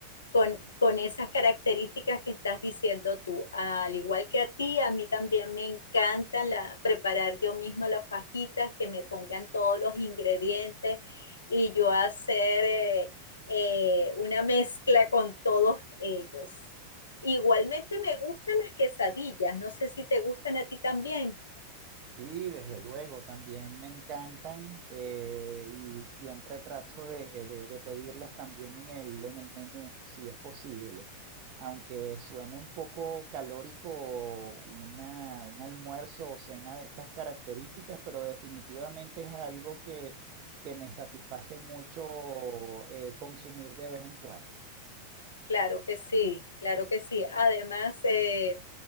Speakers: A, on the left; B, on the right.
A: con, con, esas características que estás diciendo tú. Al igual que a ti, a mí también me encanta la, preparar yo misma las fajitas, que me pongan todos los ingredientes y yo hacer eh, eh, una mezcla con todos ellos. Igualmente me gustan las quesadillas, no sé si te gustan a ti también.
B: Sí, desde luego, también me encantan eh, y siempre trato de, de- de pedirlas también en el, en el menú, si es posible. Aunque suene un poco calórico una, un almuerzo o cena de estas características, pero definitivamente es algo que, que me satisface mucho eh, consumir de vez en cuando.
A: Claro que sí, claro que sí. Además, eh,